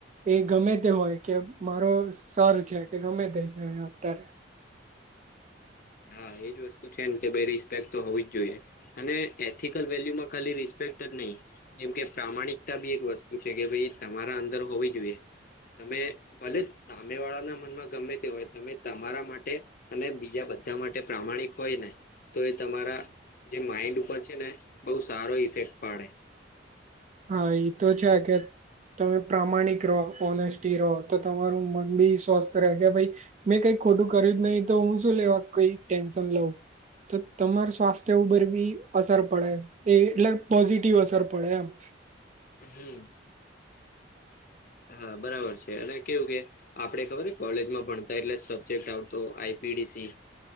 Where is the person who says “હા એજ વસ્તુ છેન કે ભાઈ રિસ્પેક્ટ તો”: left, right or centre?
Left